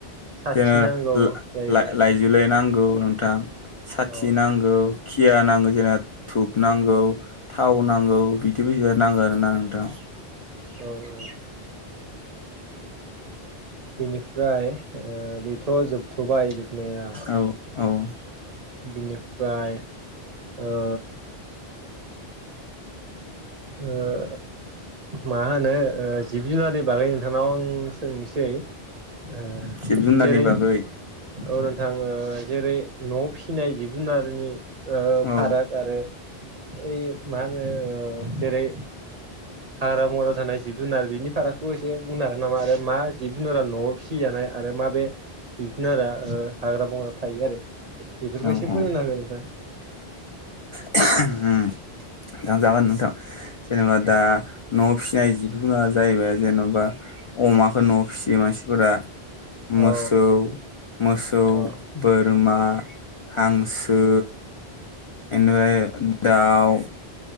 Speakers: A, on the right (about 45°); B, on the left (about 50°).
A: साथि
B: जोङो
A: नांगौ जायो
B: ला लाइजौ लाइ नां गौ नोंथां साथि
A: औ
B: नांगौ खिया नांगौ जेनेबा धुप नांगौ थाव नांगौ
A: औ
B: बिदि बियाद नांगो आरो ना नोंथां।
A: औ औ बिनिफ्राय ओ बेथ' जोबथ'बाय जोबनाया
B: औ औ
A: बिनिफ्राय ओ ओ मा होनो ओ जिब जुनार बागै नोंथांनाव आं सोंनोसै ओ
B: जिब जुनारनि
A: जेरै
B: बागै
A: अरन आङो जेरै न' फिसिनाय जिब-जुनारनि। ओ
B: औ
A: फाराग आरो। ओइयो मा होनो। जेरै -हाग्रा-बंग्रायाव थानाय जिब-जुनार बेनि फारागखौ एसे बुंनो हागोन नामा? आरो मा जिब-जुनारा न'आव फिसिजानाय आरो माब बेे जिब-जुनारा ओ हाग्रा-बंग्राायाव थायो आरो। बेफोरखो
B: औ
A: एसे फोरमायना
B: औ
A: हो नोंथाङा।
B: ओम खोनथा जागोन नोथां जेनेबा दा न' फिसिनाय जिब-जुनार जाहैबाय जेन'बा अमाखौ न'आव फिसियो मानसिफोरा। मोसौ,
A: औ
B: मोसौ,
A: औ
B: बोरमा। हांसो, एनिफाय दाउ।